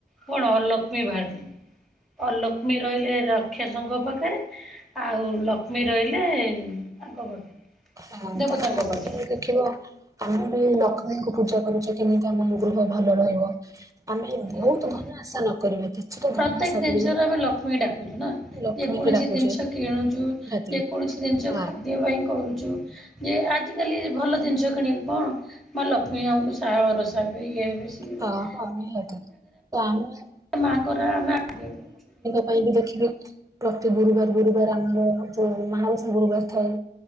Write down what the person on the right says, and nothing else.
ହ
ତା <unintelligible>
ଦେଖିବ। ଆମେ ବି ଲକ୍ଷ୍ମୀଙ୍କୁ ପୂଜା କରୁଛେ। କେମିତି ଆମ ଗୃହ ଭଲ ରହିବ। ଆମେ ବହୁତ
ଧନ ଆଶା ନକରିବା କିଛି ତ
ଧନ ଆଶା
କରିବା।
ଲକ୍ଷ୍ମୀକି
ଡାକୁଛେ
ନିହାତି
ହଁ
ହଁ
ହଁ ନିହାତି ତ ଆମେ
କେବେ ବି ଦେଖିଦଉ ପ୍ରତି ଗୁରୁବାର ଗୁରୁବାର ଆମର ଯୋଉ ମାଣବସା ଗୁରୁବାର ଥାଏ।